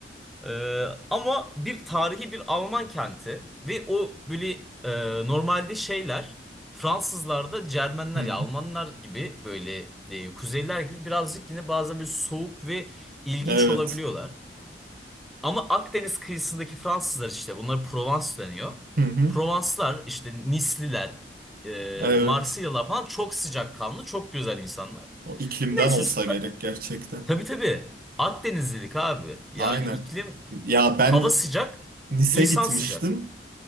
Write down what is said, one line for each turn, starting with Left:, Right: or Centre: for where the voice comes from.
Centre: Ee, ama bir tarihi bir Alman kenti ve o böyle e, normalde şeyler Fransızlarda Cermenler
Right: Hmm.
Centre: ya Almanlar gibi böyle e, kuzeyler gibi birazcık yine bazen böyle soğuk ve ilginç
Right: Evet.
Centre: olabiliyorlar. Ama Akdeniz kıyısındaki Fransızlar işte bunlara Provence deniyor.
Right: Hı hı.
Centre: Provanslar işte Nisliler, e,
Right: Evet.
Centre: Marsilyalılar falan çok sıcakkanlı, çok güzel insanlar.
Right: O iklimden
Centre: Neyse
Right: olsa
Centre: sıra.
Right: gerek gerçekten.
Centre: Tabii tabii Akdenizlilik abi. Yani
Right: Aynen.
Centre: iklim
Right: Ya ben
Centre: hava sıcak,
Right: Nice
Centre: insan
Right: gitmiştim.
Centre: sıcak.